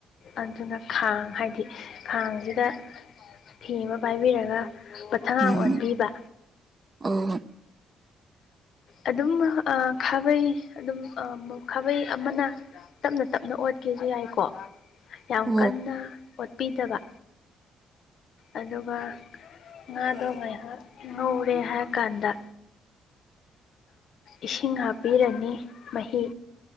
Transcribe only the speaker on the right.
ꯎꯝ
ꯑꯣ
ꯑꯣ